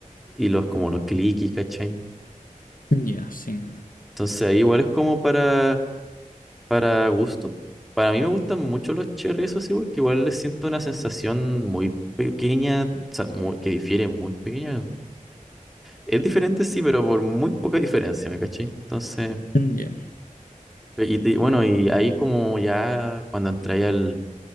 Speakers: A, in the centre; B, on the left (about 80°).
A: y los como los clicky, ¿cachai?
B: Ya, sí.
A: Entonces ahí igual es como para, para gusto. Para mí me gustan mucho los cherry, eso sí, porque igual les siento una sensación muy pequeña, o sea, muy- que difiere muy pequeña. Es diferente, sí, pero por muy poca diferencia, ¿me cachai? Entonces,
B: Mm, Ya.
A: Y te- bueno, y ahí como ya cuando entré al,